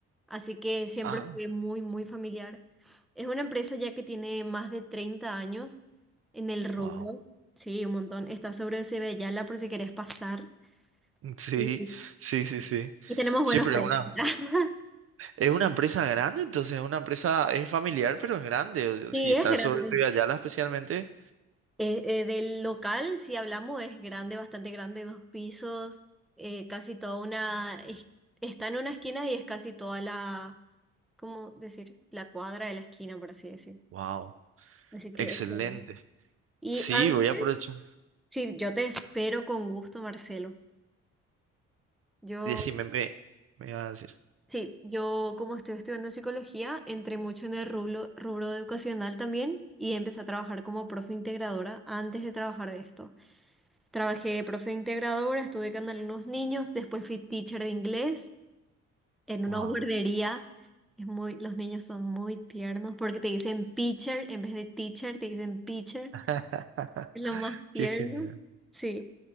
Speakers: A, in the centre; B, on the right.
A: Así que siempre
B: Ah,
A: fue muy, muy familiar. Es una empresa ya que tiene más de 30 años en el rubro.
B: wow.
A: Sí, un montón. Está sobre Cebeyala por si querés pasar.
B: <laughs> Sí,
A: Y,
B: sí, sí, sí.
A: y tenemos
B: Sí,
A: buenos
B: pero
A: precios.
B: es una,
A: <laughs>
B: es una empresa grande, entonces es una empresa, es familiar, pero es grande. o sea,
A: Sí,
B: Si está
A: es grande.
B: sobre Yala especialmente.
A: Eh, eh, del local, si hablamos, es grande, bastante grande, dos pisos, eh, casi toda una, es- está en una esquina y es casi toda la, ¿cómo decir? La cuadra de la esquina, por así decir.
B: Wow,
A: Así que
B: excelente.
A: es grande. Y
B: Sí,
A: antes,
B: voy a aprovechar.
A: sí, yo te espero con gusto, Marcelo. Yo,
B: Decime, me, me vas a decir.
A: sí, yo como estoy estudiando psicología, entré mucho en el rubro, rubro educacional también y empecé a trabajar como profe integradora antes de trabajar de esto. Trabajé de profe integradora, estuve con algunos niños, después fui teacher de inglés en
B: Wow.
A: una guardería. Es muy, los niños son muy tiernos porque te dicen pitcher en vez de teacher, te dicen pitcher.
B: <laughs>
A: Es lo más
B: Qué
A: tierno.
B: genial.
A: Sí.